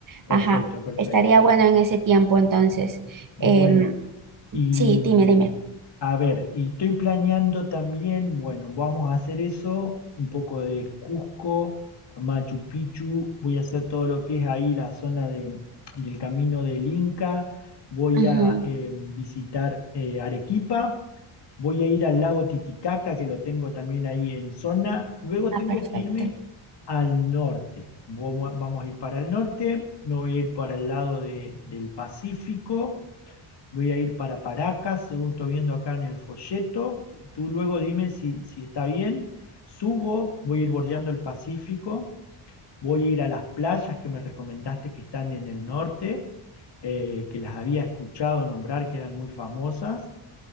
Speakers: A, on the left; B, on the right.
A: Perfecto,
B: Ajá.
A: perfecto.
B: Estaría bueno en ese tiempo entonces. Em,
A: Bueno, y
B: sí, dime,
A: mm,
B: dime.
A: a ver, y estoy planeando también, bueno, vamos a hacer eso, un poco de Cusco, Machu Picchu, voy a hacer todo lo que es ahí la zona de- del Camino del Inca, voy
B: Ujú,
A: a eh, visitar eh, Arequipa, voy a ir al lago Titicaca, que lo tengo también ahí en zona, luego
B: Ah,
A: tengo
B: perfecto.
A: que irme al norte, vamos, vamos a ir para el norte, me voy a ir para el lado de- del Pacífico. Voy a ir para Paracas, según estoy viendo acá en el folleto. Tú luego dime si, si está bien. Subo, voy a ir bordeando el Pacífico, voy a ir a las playas que me recomendaste que están en el norte, eh, que las había escuchado nombrar, que eran muy famosas